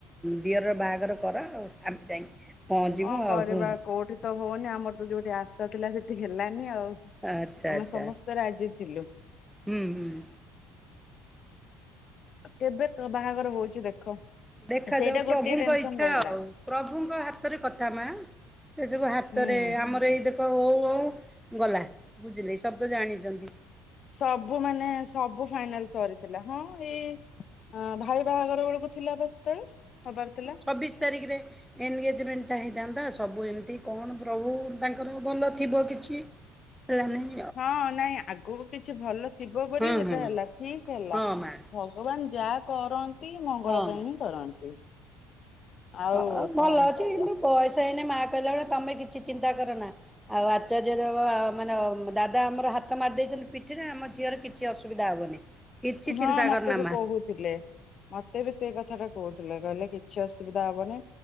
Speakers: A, in the centre; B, on the left.
A: ଦିଅରର ବାହାଘର କର ଆଉ ଆମେ ଯାଇ ପହଞ୍ଚିବୁ
B: କଣ
A: ଆଉ
B: କରିବା
A: ହୁଁ।
B: କୋଉଠି ତ ହଉନି ଆମର ତ ଯୋଉଠି ଆଶା ଥିଲା ସେଠି ହେଲାନି ଆଉ
A: ଆଚ୍ଛା
B: ଆମେ
A: ଆଚ୍ଛା
B: ସମସ୍ତେ ରାଜି ଥିଲେ।
A: ହୁଁ ହୁଁ।
B: କେବେ କେ ବାହାଘର ହଉଛି ଦେଖ।
A: ଦେଖାଯାଉ
B: ସେଇଟା
A: ପ୍ରଭୁଙ୍କ
B: ଗୋଟିଏ ଟେନସନ
A: ଇଚ୍ଛା
B: ରହିଲା
A: ଆଉ ପ୍ରଭୁଙ୍କ ହାତରେ କଥା ମା। ସେ ସବୁ ହାତରେ
B: ହୁଁ।
A: ଆମର ଏଇ ଦେ ହଉ ହଉ ଗଲା ବୁଝିଲେ ସବୁତ ଜାଣିଛନ୍ତି।
B: ସବୁ ମାନେ ସବୁ ଫାଇନାଲ ସରିଥିଲା ହଁ ଏଇ ଅ ଭାଇ ବାହାଘର ବେଳକୁ ଥିଲା ପା ସେତେବେଳେ ହବାର ଥିଲା।
A: ଚବିଶ ତାରିଖିରେ। ଏନଗେଜମେଣ୍ଟ ଟା ହେଇଥାନ୍ତା ସବୁ ଏମିତି କଣ ପ୍ରଭୁ ତାଙ୍କର ଭଲ ଥିବ କିଛି। <unintelligible>
B: ହଁ ନାଇଁ ଆଗକୁ କିଛି ଭଲ ଥିବ ବୋଲି
A: ହଁ
B: ସେଟା
A: ହଁ
B: ହେଲା ଠିକ୍ ହେଲା।
A: ହଁ ମା
B: ଭଗବାନ୍ ଯା କରନ୍ତି ମଙ୍ଗଳ
A: ହଁ।
B: ପାଇଁ ହିଁ କରନ୍ତି। ଆଉ
A: ହଁ
B: କଣ
A: ଭଲ ଅଛି
B: କହିବା
A: କିନ୍ତୁ ବୟସ ହେଇନି ମା କହିଲା ବେଳେ ତମେ କିଛି ଚିନ୍ତା କର ନା। ଆଉ ଆଚାର୍ଯ୍ୟ ଦେବ ମାନେ ଦାଦା ଆମର ହାତ ମାରି ଦେଇଛନ୍ତି ପିଠିରେ ଆମ ଝିଅର କିଛି ଅସୁବିଧା ହବନି। କିଛି
B: ହଁ
A: ଚିନ୍ତା
B: ମତେ
A: କରନା
B: ବି
A: ମା
B: କହୁଥିଲେ ମତେ ବି ସେଇ କଥା ଟା କହୁଥିଲେ କହିଲେ କି କିଛି ଅସୁବିଧା ହବନି